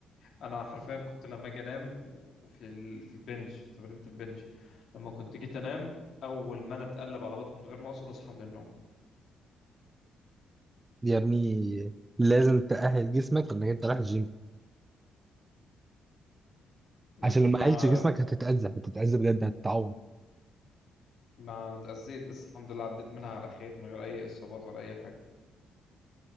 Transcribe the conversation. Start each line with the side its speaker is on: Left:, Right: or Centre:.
Left: انا حرفيا كنت لما اجي انام وفي ال... في البنج في تمرينة البنج لما كنت جيت انام اول ما انا اتقلب على بطني من غير ما اقصد اصحى من النوم
Right: يا ابني لازم تأهل جسمك انك انت رايح الجيم
Left: لازم
Right: عشان لو ما
Left: ما
Right: أهلتش جسمك هتتأذى هتتأذى بجد هتتعور
Left: ما اتأذيت بس الحمد لله عديت منها على خير من غير اي اصابات ولا اي حاجة